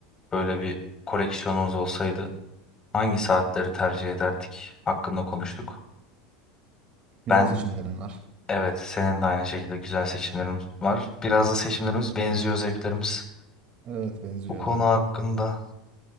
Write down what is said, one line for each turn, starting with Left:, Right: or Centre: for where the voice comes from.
Left: böyle bir koleksiyonumuz olsaydı hangi saatleri tercih ederdik hakkında konuştuk.
Right: Güzel
Left: Ben
Right: seçimlerin var.
Left: evet senin de aynı şekilde güzel seçimlerimiz var. Biraz da seçimlerimiz benziyor zevklerimiz
Right: Evet benziyor
Left: bu konu
Right: abi.
Left: hakkında.